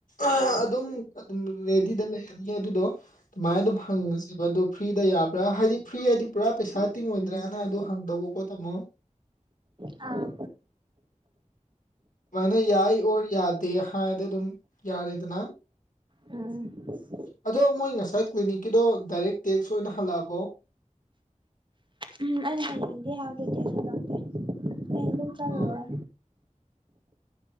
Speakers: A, on the left; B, on the right.
A: ꯑꯥꯍ ꯑꯗꯨꯝ ꯑꯗꯨꯝ ꯔꯦꯗꯤꯗ ꯂꯩꯔꯅꯤ ꯑꯗꯨꯗꯣ ꯑꯗꯨꯃꯥꯏꯅ ꯑꯗꯨꯝ ꯍꯪꯉꯁꯦꯕ ꯑꯗꯨꯣ ꯐ꯭ꯔꯤꯗ ꯌꯥꯕ꯭ꯔꯥ ꯍꯥꯏꯗꯤ ꯐ꯭ꯔꯤ ꯍꯥꯏꯗꯤ ꯄꯨꯔꯥ ꯄꯩꯁꯥ ꯇꯤꯡꯉꯣꯏꯗ꯭ꯔꯥꯅ ꯑꯗꯨ ꯍꯪꯗꯧꯕ ꯀꯣ ꯇꯥꯃꯣ
B: ꯑꯥ
A: ꯑꯗꯨꯨꯃꯥꯏꯅ ꯌꯥꯏ ꯑꯣꯔ ꯌꯥꯗꯦ ꯍꯥꯏꯔꯗꯤ ꯑꯗꯨꯝ ꯌꯥꯔꯦꯗꯅ
B: ꯎꯝ
A: ꯑꯗꯣ ꯃꯣꯏ ꯉꯁꯥꯏ ꯀ꯭ꯂꯤꯅꯤꯛꯀꯤꯗꯣ ꯗꯥꯏꯔꯦꯛ ꯇꯦꯛꯁ ꯑꯣꯏꯅ ꯍꯜꯂꯛꯑꯕꯣ
B: ꯎꯝ ꯑꯩꯅ ꯍꯌꯦꯡꯗꯤ ꯍꯥꯏꯕꯗꯨ ꯇꯦꯛꯁ ꯍꯟꯂꯛꯇꯦ ꯍꯌꯦꯡ ꯑꯗꯨꯝ ꯆꯠꯂꯔꯣ
A: ꯑ